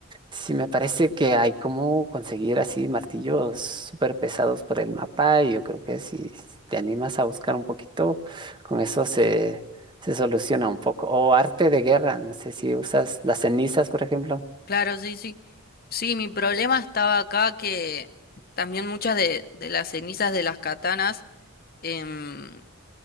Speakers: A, on the right; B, on the left.
A: si me parece que hay como conseguir así martillos súper pesados por el mapa, y yo creo que si si te animas a buscar un poquito, con eso se, se soluciona un poco. O arte de guerra, no sé si usas las cenizas, por ejemplo.
B: claro, sí, sí. Sí, mi problema estaba acá que también muchas de, de las cenizas de las katanas em,